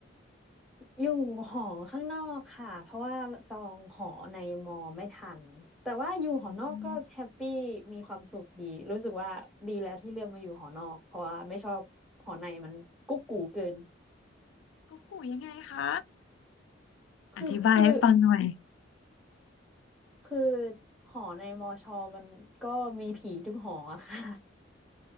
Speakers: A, in the centre; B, on the left.
A: อยู่หอข้างนอกค่ะเพราะว่าจองหอในมอไม่ทันแต่ว่าอยู่หอนอกก็แฮปปี้มีความสุขดีรู้สึกว่าดีแล้วที่เลือกมาอยู่หอนอกเพราะว่าไม่ชอบหอในมันกุ๊กกูเกิน
B: อืมกู๊กกูยังไงคะ
A: คือคือ
B: อธิบายให้ฟังหน่อย
A: คือหอในมอชอมันก็มีผีทุกหออะค่ะ